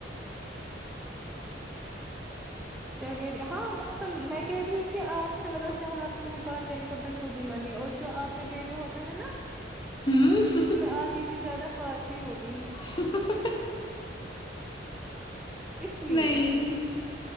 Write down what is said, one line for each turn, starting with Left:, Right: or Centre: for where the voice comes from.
Centre: کیا کہہ رہی ہاں موسم میں کہہ رہی ہوں کہ آپ سے مطلب سیلاب پہ مجھے بات کرنے کا بالکل کوئی بیمار نہیں اور جو آپ نے بھیجا ہوتا ہے نا
Left: ہوں
Centre: اس میں آدھی سی زیادہ فارسی ہوتی ہے
Left: ہ ہی ہی ہی
Centre: اس لیے
Left: نہیں